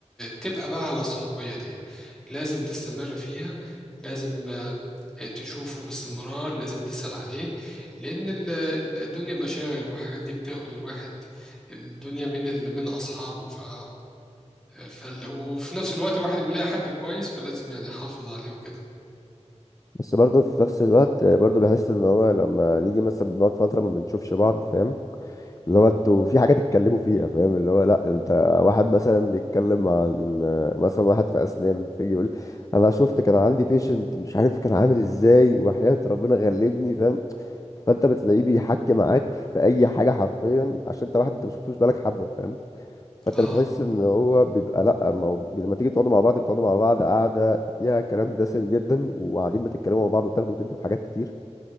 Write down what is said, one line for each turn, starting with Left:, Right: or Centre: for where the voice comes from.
Centre: تبقى بقى على الصحوبية دي لازم تستمر فيها لازم آه، تشوفه باستمرار لازم تسأل عليه لأن ال- ال- الدنيا مشاغل والحاجات دي بتاخد الواحد الدنيا من ال- من أصحابه ف... فال... وفي نفس الوقت الواحد بيلاقي حد كويس فلازم يعني يحافظ عليه وكده
Left: بس برضو في نفس الوقت برضو بحس ان هو لما نيجي مثلا بنقعد فتره ما بنشوفش بعض فاهم اللي هو انتوا في حاجة تتكلموا فيها فاهم اللي هو لا انت واحد مثلا بيتكلم عن مثلا واحد في اسنان فيجي يقول انا شفت كان عندي بيشنت مش عارف كان عامل ازاي وحياة ربنا غلبني فاهم فانت بتلاقيه بيحكي معاك في اي حاجة حرفيا عشان انت واحد انت ما شفتوش بقالك حبة فاهم فانت
Centre: اه
Left: بتحس ان هو بيبقى لا ما هو بي- لما تيجي تقعدوا مع بعض بتقعدوا مع بعض قاعدة فيها كلام دسم جدا وقاعدين بتتكلموا مع بعض وتاخدوا وتدوا في حاجات كتير